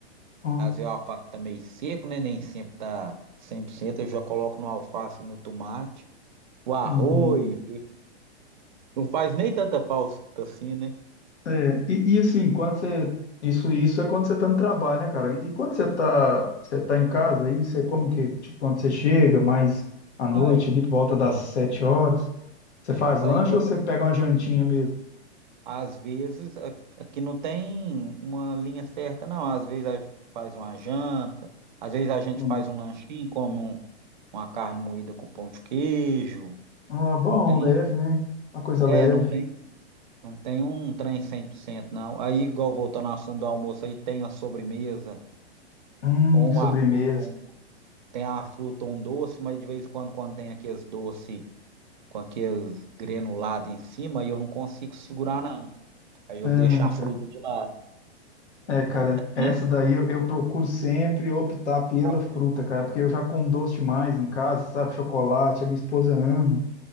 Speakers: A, on the left; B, on the right.
A: ó,
B: às vezes o alface tá meio seco, né? Nem sempre tá 100%, eu já coloco no alface e no tomate, o arroz,
A: uhum.
B: não faz nem tanta falta assim, né?
A: É, e, e assim, quando você. Isso, isso é quando você tá no trabalho, né, cara? E quando
B: E
A: você tá, você tá em casa aí, você como que, tipo, quando você chega mais à noite,
B: vai,
A: ali por volta das sete horas, você faz
B: vai
A: lanche
B: igual
A: ou você pega uma jantinha mesmo?
B: Às vezes, a- aqui não tem uma linha certa, não. Às vezes aí faz uma janta, às vezes a gente
A: Hum.
B: faz um lanchinho, come um- uma carne moída com pão de queijo.
A: Ah, bom,
B: Não tem,
A: leve, né? Uma coisa
B: é,
A: leve.
B: não tem, não tem um trem 100% não. Aí, igual voltando ao assunto do almoço, aí tem a sobremesa,
A: Hum,
B: ou uma
A: sobremesa.
B: fruta, ou um, do- tem a fruta ou um doce, mas de vez em quando, quando tem aqueles doces com aqueles granulados em cima, aí eu não consigo segurar, não. Aí eu
A: Ah,
B: deixo a fruta de lado.
A: É, cara,
B: <laughs>
A: essa daí eu, eu procuro sempre optar pela
B: A
A: fruta,
B: fruta.
A: cara, porque eu já como doce demais em casa, sabe? Chocolate, a minha esposa ama